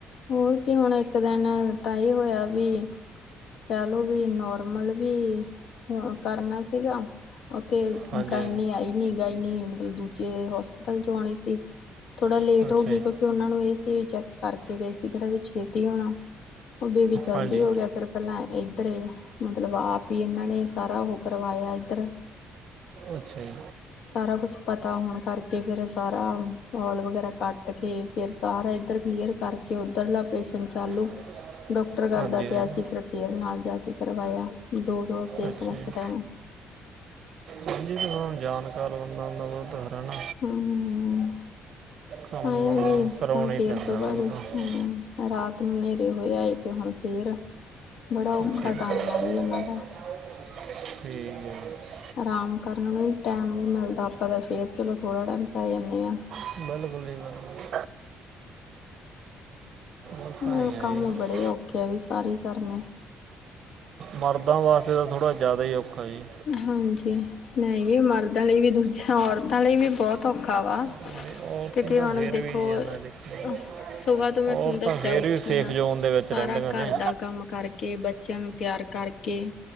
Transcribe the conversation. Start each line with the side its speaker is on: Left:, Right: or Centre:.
Left: ਹੋਰ ਕੀ ਹੁਣ ਇੱਕ ਦਿਨ ਤਾਂ ਇਹ ਹੋਇਆ ਵੀ ਕਹਿ ਲਓ ਵੀ, ਨੋਰਮਲ ਵੀ ਹੋ ਕਰਨਾ ਸੀਗਾ। ਉੱਥੇ
Right: ਹਾਂਜੀ
Left: ਗਾਇਨੀ ਆਈ ਨੀ, ਗਾਇਨੀ ਮਤਲਬ ਦੂਜੇ ਹੋਸਪੀਟਲ 'ਚੋਂ ਆਉਣੀ ਸੀ। ਥੋੜ੍ਹਾ ਲੇਟ
Right: ਹਾਂਜੀ
Left: ਹੋ ਗਈ, ਕਿਉਂਕਿ ਉਹਨਾਂ ਨੂੰ ਇਹ ਸੀ ਵੀ ਚੈੱਕ ਕਰਕੇ ਗਈ ਸੀ, ਕਿਹੜਾ ਵੀ ਛੇਤੀ ਹੋਣਾ। ਬੇਬੀ ਜਲਦੀ
Right: ਹਾਂਜੀ
Left: ਹੋ ਗਿਆ, ਫੇਰ ਪਹਿਲਾਂ ਇਧਰ, ਮਤਲਬ, ਆਪ ਹੀ ਇਹਨਾਂ ਨੇ ਸਾਰਾ ਉਹੋ ਕਰਵਾਇਆ ਇਧਰ।
Right: ਅੱਛਾ ਜੀ।
Left: ਸਾਰਾ ਕੁਛ ਪਤਾ ਹੋਣ ਕਰਕੇ, ਫੇਰ ਸਾਰਾ ਔਲ ਵਗੈਰਾ ਕੱਟ ਕੇ ਫੇਰ ਸਾਰਾ ਇੱਧਰ ਕਲੀਅਰ ਕਰਕੇ, ਉਧਰਲਾ ਆਪਰੇਸ਼ਨ ਚਾਲੂ
Right: <inaudible>
Left: ਡਾਕਟਰ ਕਰਦਾ
Right: ਹਾਂਜੀ ਹਾਂਜੀ
Left: ਪਿਆ ਸੀ, ਫੇਰ ਫੇਰ ਨਾਲ ਜਾ ਕੇ ਕਰਵਾਇਆ, ਦੋ-ਦੋ ਆਪਰੇਸ਼ਨ
Right: ਅੱਛਾ
Left: ਇੱਕ
Right: ਜੀ
Left: ਟਾਈਮ
Right: ਹਾਂਜੀ ਹੁਣ ਜਾਣਕਾਰ ਬੰਦਾ ਹੁੰਦਾ ਉਹਤਾ ਫਿਰ ਹਨਾ
Left: ਹਮ,
Right: ਕੰਮ
Left: ਹੋਰ ਵੀ
Right: ਕਰਾਉਣਾ
Left: ਹੁਣ
Right: ਹੀ
Left: ਫੇਰ
Right: ਪੈਂਦਾ
Left: ਸੁਬਾਹ
Right: ਉਹਨਾਂ
Left: ਲਈ
Right: ਦਾ
Left: ਰਾਤ ਨੂੰ ਹਨੇਰੇ ਹੋਏ ਆਏ, ਤੇ ਹੁਣ ਫੇਰ ਬੜਾ ਔਖਾ
Right: ਅੱਛਾ ਜੀ
Left: ਟਾਈਮ ਆ ਵੀ ਇਹਨਾਂ ਦਾ।
Right: <unintelligible>
Left: ਆਰਾਮ ਕਰਨ ਲਈ ਟਾਈਮ ਨਹੀਂ ਮਿਲਦਾ, ਆਪਾਂ ਤਾਂ ਫੇਰ, ਚਲੋ, ਥੋੜ੍ਹਾ ਟਾਈਮ ਪੈ ਜਾਂਨੇ ਆਂ।
Right: ਬਿਲਕੁਲ ਜੀ ਬਿਲਕੁਲ। ਬਸ
Left: ਪਰ
Right: ਆਈ ਆ
Left: ਕੰਮ
Right: ਜੀ
Left: ਬੜੇ ਔਖੇ ਆ ਜੀ ਸਾਰੇ ਹੀ ਕਰਨੇ।
Right: ਮਰਦਾਂ ਵਾਸਤੇ ਤਾਂ ਥੋੜਾ ਜਿਆਦਾ ਹੀ ਔਖਾ ਜੀ।
Left: ਹਾਂਜੀ। ਨਹੀ ਜੀ, ਮਰਦਾਂ ਲਈ ਵੀ ਦੂਜਿਆਂ ਔਰਤਾਂ ਲਈ ਵੀ ਬਹੁਤ ਔਖਾ ਵਾ।
Right: ਨਹੀਂ ਔਰਤਾਂ
Left: ਕਿਉਂਕਿ
Right: ਦਾ
Left: ਹੁਣ
Right: ਫੇਰ
Left: ਦੇਖੋ,
Right: ਵੀ ਹੈ ਨਾ
Left: ਅਅ
Right: ਦੇਖੋ
Left: ਸੁਬਾਹ ਤੋਂ ਮੈਂ
Right: ਔਰਤਾਂ
Left: ਤੁਹਾਨੂੰ ਦੱਸਿਆ
Right: ਫੇਰ
Left: ਉੱਠੀ
Right: ਵੀ ਸੇਫ
Left: ਆ।
Right: ਜ਼ੋਨ ਦੇ ਵਿੱਚ
Left: ਸਾਰਾ
Right: ਰਹਿੰਦੀਆਂ
Left: ਘਰ
Right: ਨੇ
Left: ਦਾ ਕੰਮ ਕਰਕੇ, ਬੱਚਿਆਂ ਨੂੰ ਤਿਆਰ ਕਰਕੇ,